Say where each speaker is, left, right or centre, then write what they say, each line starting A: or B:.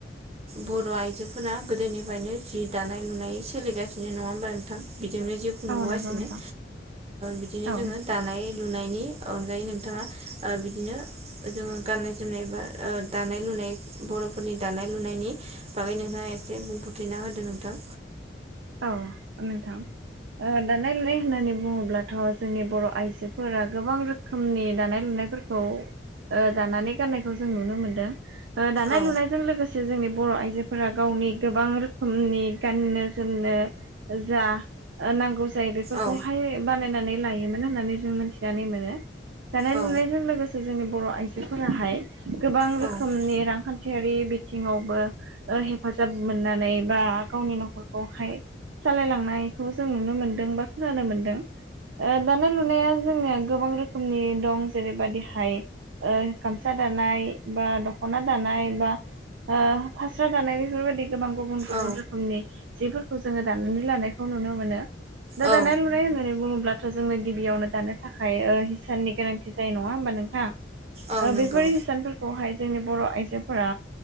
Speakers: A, on the right; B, on the right.
A: बर' आइजोफोरा गोदोनिफ्रायनो जि दानाय लुनाय सोलिगासिनो नङा होमबा नोंथां बिजोंनो जिउ खुंबोगासिनो
B: औ नंगौ नोंथां
A: बिदिनो
B: औ
A: जोङो दानाय लुनायनि नोंथाङा बिदिनो जोङो गाननाय जोमनाय बा दानाय लुनाय बर'फोरनि दानाय लुनाय होननायनि बागै नोंथाङा एसे बुंफोरथिना होदो नोंथां
B: औ नोंथां दानाय लुनाय होननानै बुङोब्लाथ' जोंनि बर' आइजोफोरा गोबां रोखोमनि दानाय लुनाय फोरखौ दानानै गाननायखौ जों नुनो मोनदों दानाय
A: औ
B: लुनायजों लोगोसे जोंनि बर' आइजोफोरा गावनि गोबां रोखोमनि गाननो जोमनो जा नांगौ जायो बेफोरखौहाय
A: औ
B: बानायनानै लायोमोन होननानै जों मिथिनानै मोनो दानाय
A: औ
B: लुनायजों लोगोसे जोंनि बर' आइजोफोराहाय गोबां
A: औ
B: रोखोमनि रांखान्थि खान्थियारि बिथिङावबो हेफाजाब मोननानै बा गावनि न'खर खौहाय सालायलांनायखौ जों नुनो मोनदों बा खोनानो मोनदों दानाय लुनाया जोंनिया गोबां रोखोमनि दं जेरै बायदिहाय गामसा दानाय बा दख'ना दानाय बा फास्रा दानाय बेफोरबायदि गोबां गुबुन गुबुन
A: औ
B: रोखोमनि जिफोरखौ जोङो दानानै लानायखौ नुनो मोनो दा
A: औ
B: दानाय लुनाय होननानै बुङोब्ला थ' जोंनो गिबियावनो दानो थाखाय हिसाननि गोनांथि जायो नङा होमबा नोंथा
A: औ नंगौ
B: बेफोर हिसानफोरखौहाय जोंनि बर' आइजोफोरा